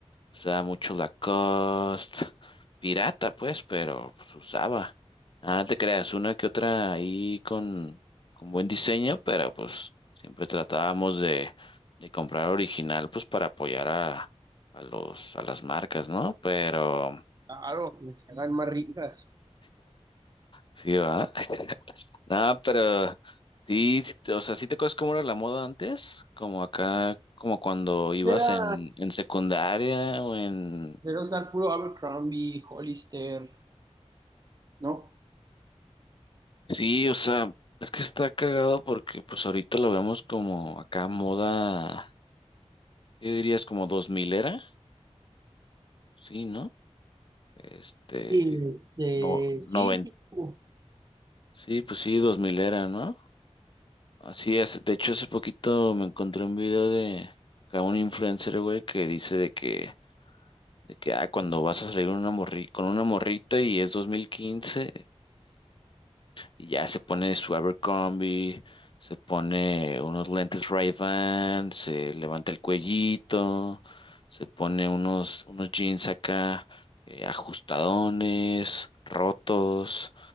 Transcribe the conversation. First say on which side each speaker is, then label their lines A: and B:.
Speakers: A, on the left; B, on the right.
A: usaba mucho Lacoste, pirata pues, pero pues usaba. Ah, no te creas, una que otra ahí con, con buen diseño, pero pues siempre tratábamos de, de comprar original pues para apoyar a, a los, a las marcas, ¿no? Pero
B: Claro, que se hagan más ricas.
A: sí, va. <laughs> No, pero sí, sí te- o sea, sí te acuerdas cómo era la moda antes, como acá, como cuando ibas
B: Era,
A: en, en secundaria o en
B: era usar puro Abercrombie, Hollister, ¿no?
A: Sí, o sea, es que está cagado porque pues ahorita lo vemos como acá moda, ¿qué dirías? Como 2000 era, sí, ¿no? Este,
B: Y este,
A: no, 90,
B: sí, pues, como-
A: sí, pues sí, 2000 era, ¿no? Así es, de hecho hace poquito me encontré un video de acá un influencer, güey, que dice de que, de que, ah, cuando vas a salir una morri con una morrita y es 2015 Y ya se pone su Abercrombie, se pone unos lentes Ray-Ban, se levanta el cuellito, se pone unos, unos jeans acá eh, ajustadones, rotos,